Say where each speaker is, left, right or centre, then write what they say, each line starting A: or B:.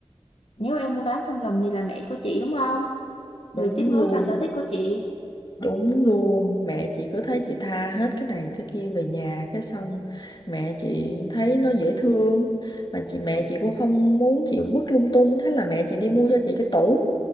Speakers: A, on the left (about 65°); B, on the left (about 45°).
A: nếu em mua bán không lầm thì là mẹ của chị đúng không
B: đúng
A: người tiếp nối
B: luôn
A: cho sở thích của chị
B: Đúng luôn, mẹ chị cứ thấy chị tha hết cái này cái kia về nhà cái xong mẹ chị thấy nó dễ thương mà chị mẹ chị cũng không muốn chị vứt lung tung thế là mẹ chị đi mua cho chị cái tủ